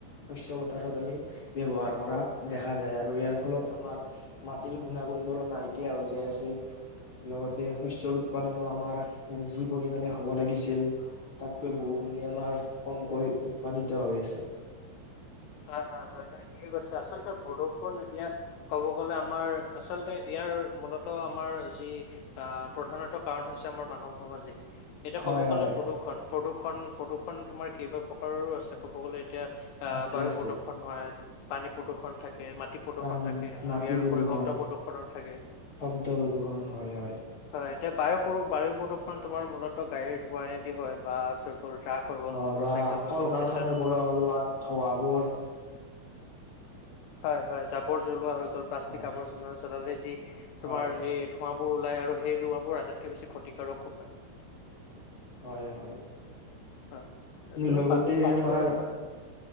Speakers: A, on the left; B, on the left.
A: শস্য পথাৰত আমি ব্যৱহাৰ কৰা দেখা যায় আৰু আৰু ইয়াৰ ফলত আমাৰ মাটিৰ গুৰ্ণাগুণ বোৰো নাইকিয় হৈ যায় আছে। লগতে শস্যৰ উৎপাদনো আমাৰ যি পৰিমামানে হ'ব লাগিছিল। তাতকৈ বহুগুণে আমাৰ কমকৈ উৎপাদিত হৈ আছে
B: <inaudible> হয়, হয়, হয় তুমি ঠিকে কৈছা আচলতে বৰষুন এতিয়া ক'ব গলে আমাৰ আচলতে ইয়াত ইয়াৰ মূলতঃ আমাৰ যি প্ৰধানত কাৰণ হৈছে আমাৰ মানৱ সমাজিক এতিয়া
A: হয়
B: ক'ব
A: হয়
B: গ'লে প্ৰদূৰ্ষণ প্ৰদূৰণ প্ৰদূৰ্ষণ তোমাৰ কেইবা প্ৰকাৰৰো আছে ক'ব গ'লে এ এ আহ
A: আছে
B: বায়ু
A: আছে
B: প্ৰদূষণ হয়। পানী প্ৰদূষণ থাকে মাটি প্ৰদূষণ
A: প্ৰাণ
B: থাকে। আৰু
A: মাটি
B: ইয়াৰ
A: প্ৰদূষণ
B: উপৰি শব্দ প্ৰদূষণত থাকে
A: শব্দ প্ৰদূষণ হয় হয়।
B: হয়, এতিয়া বায়ু প্ৰদূষণ তোমাৰ মূলত গাড়ীৰ ধোঁৱাইেদি হয় বা গ'ল ট্ৰাক হৈ গ'ল
A: অ'
B: মটৰ
A: বা
B: চাইকেল হৈ
A: কল
B: গ'ল
A: কাৰখানাৰ
B: তাৰপিছত
A: পৰা হলো বা ধৱাবোৰ
B: হয়, হয় জাবৰ জ্বলোৱা হৈ গ'ল প্লাষ্টিক
A: হয়
B: আৱৰ জ্বল জ্বলালে যি
A: হয়
B: তোমাৰ এই ধোঁৱাবোৰ ওলাই আৰু সেই ধোঁৱাবোৰ আটাইতকে বেছি ক্ষতিকাৰকো হয়।
A: হয়, হয়।
B: হয় তুমি
A: লগতে
B: প পানী
A: আমাৰ
B: প্ৰদূষণৰ